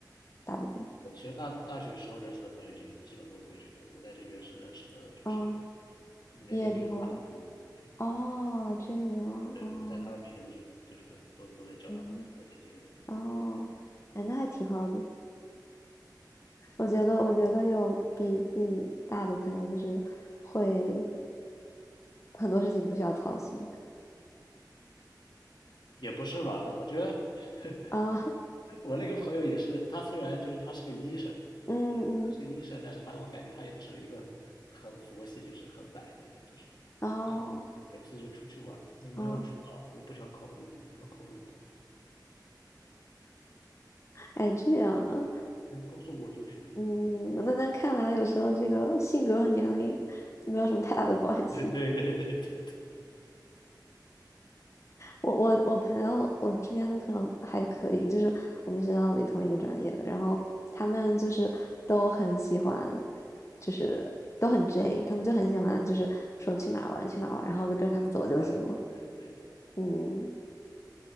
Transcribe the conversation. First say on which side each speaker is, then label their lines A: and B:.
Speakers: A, on the left (about 40°); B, on the left (about 75°).
A: 大部分。
B: 我其实大大学时候认识的朋友已经基本都回去了，我在这边是认识的，就是就是年龄比我大很多，
A: 嗯，毕业之后，
B: 对，
A: 哦，这样，
B: 对，
A: 哦，
B: 我在他们面前都是就是都都得叫他们哥哥姐姐那种，
A: 嗯，哦，哎，那还挺好的。我觉得，我觉得有比自己大的朋友，就是会很多事情不需要操心
B: 也不是吧？我觉得 <laughs>
A: 啊，<laughs>
B: 我那个朋友也是，他虽然就是他是个医生，
A: 嗯
B: 对，他是个医生，
A: 嗯，
B: 但是他我感觉他也是一个很佛系，就是很摆的人，就是
A: 哦，
B: 啊，每次就出去玩，你们要去哪儿？
A: 啊，
B: 我不想考虑，你们考虑不？
A: 哎，这样啊，
B: 哎，告诉我就去。<laughs>
A: 嗯，那那看来有时候这个性格和年龄没有什么太大的关系。
B: 对对对对对，
A: 我我我朋友，我这边的朋友还可以，就是我们学校里同一个专业的，然后他们就是都很喜欢，就是都很 J，他们就很喜欢，就是说去哪儿玩去哪儿玩，然后我就跟着他们走就行了。
B: 此话此话也是对。
A: 嗯，